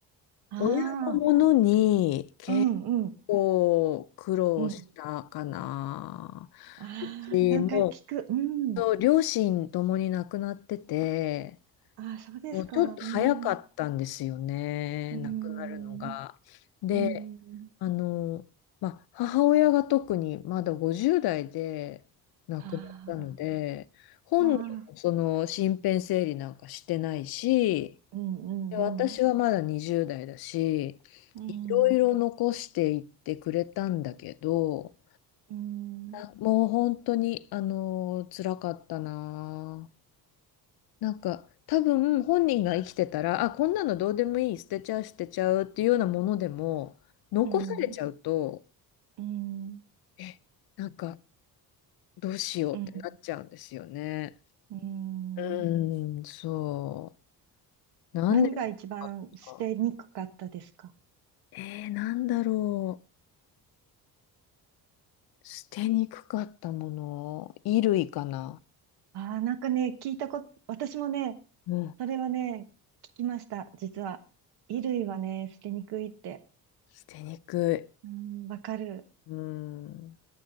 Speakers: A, on the right; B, on the left.
A: あ
B: 親のものに結
A: あー、うんうん、
B: 構苦労したかな。
A: うん。ああ、
B: うちも、
A: なんか聞く。うん。
B: そう両親ともに亡くなってて、
A: ああ、そうですか。
B: もうちょっと早かったんですよね、
A: うん。うん。
B: 亡くなるのが。で、
A: うん。
B: あの、まあ、母親が特にまだ50代で亡くなったので、
A: あ
B: 本人もその身辺整理なんかしてないし、
A: あ、ああ、うんうんうん。
B: で、私はまだ20代だし、
A: うん。
B: いろいろ残していってくれたんだけど、
A: うん。
B: あもう本当に、あの、辛かったななんか多分本人が生きてたら、あ、こんなのどうでもいい、捨てちゃう、捨てちゃうっていうようなものでも、残されちゃうと、
A: うん。うん。
B: え、なんかどうしようってなっちゃうんですよね。
A: うんうん
B: うーん、そう。何年かあっ
A: 何が一番捨てにくかったですか
B: た。えー、なんだろう。捨てにくかったもの。衣類かな。
A: ああなんかね、聞いたこと、私もね、
B: うん。
A: それはね、聞きました、実は。衣類はね、捨てにくいって。
B: 捨てにく
A: うん、わかる。
B: い。うん。